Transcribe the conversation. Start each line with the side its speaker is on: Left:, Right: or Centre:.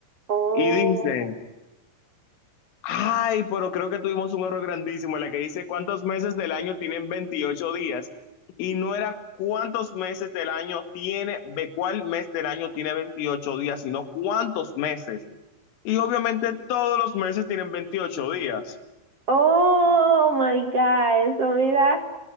Right: Oh.
Left: Y dice... Ay, pero creo que tuvimos un error grandísimo en la que dice cuántos meses del año tienen 28 días y no era cuántos meses del año tiene, de cuál mes del año tiene 28 días, sino cuántos meses. Y obviamente todos los meses tienen 28 días.
Right: Oh my God, eso mira.